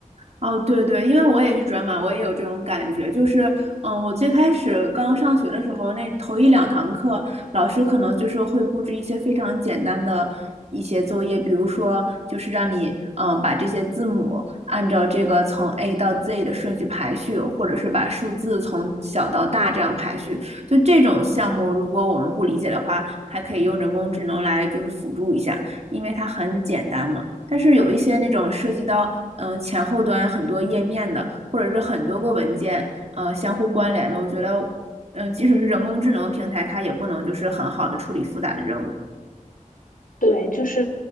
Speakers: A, on the right; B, on the left.
A: 哦，对对，因为我也是转码，我也有这种感觉。就是，嗯，我最开始刚上学的时候，那头一两堂课，老师可能就是会布置一些非常简单的一些作业，比如说，就是让你，嗯，把这些字母按照这个从 A 到 Z 的顺序排序，或者是把数字从小到大这样排序。就这种项目，如果我们不理解的话，还可以用人工智能来就是辅助一下，因为它很简单嘛。但是有一些那种涉及到嗯、呃前后端很多页面的，或者是很多个文件嗯相互关联的，我觉得嗯、呃即使是人工智能平台，它也不能就是很好的处理复杂的任务。
B: 对，就是